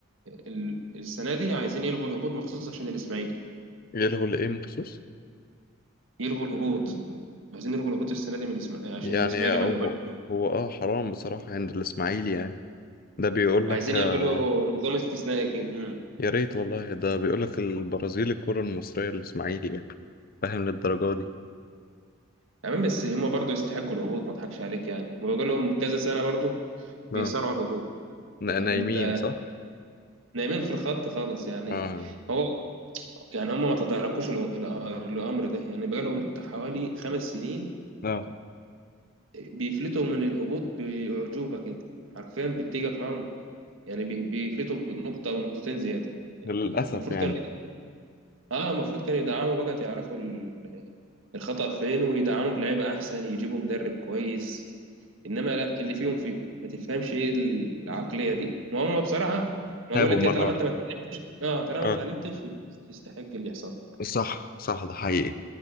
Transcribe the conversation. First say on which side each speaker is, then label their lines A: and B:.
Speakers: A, on the right (about 75°); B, on the left (about 45°).
A: ال السنه دي عايزين يلغوا الهبوط مخصوص عشان الاسماعيلي
B: يلغوا الايه مخصوص
A: يلغوا الهبوط عايزين يلغوا الهبوط السنه دي من الاسماعيلي عشان
B: يعني
A: الاسماعيلي
B: هو
A: ما يهبطش
B: هو اه حرام بصراحه عند الاسماعيلي يعني ده بيقول
A: عايزين
B: لك آه،
A: يعملوا نظام استثنائي كده امم
B: يا ريت والله ده بيقول لك البرازيل الكره المصريه الاسماعيلي يعني فاهم للدرجه دي
A: تمام بس هم برضه يستحقوا الهبوط ما اضحكش عليك يعني ما بقول لهم كذا سنه برضه بيصارعوا
B: اه
A: الهبوط
B: نا-
A: يعني
B: نايمين
A: انت
B: صح
A: نايمين في الخط خالص يعني
B: اه
A: هو يعني هم ما تداركوش ال- ال- الامر ده يعني بقى لهم حوالي خمس سنين
B: اه
A: بيفلتوا من الهبوط باعجوبه كده حرفيا بتيجي معاهم يعني بي- بيفيتوا بنقطة أو نقطتين زيادة يعني
B: للاسف
A: المفروض
B: يعني
A: كان اه المفروض كانوا يدعموا بقى يعرفوا ال- الخطأ فين ويدعموا بلعيبة أحسن يجيبوا مدرب كويس إنما لا اللي فيهم فيهم ما تفهمش إيه العقلية دي ما هم بصراحة ما
B: تعبوا
A: بقول لك
B: مره
A: إيه طالما أنت ما اه طالما
B: واحده
A: ما اتعلمتش يبقى تستحق اللي يحصل
B: صح صح ده حقيقي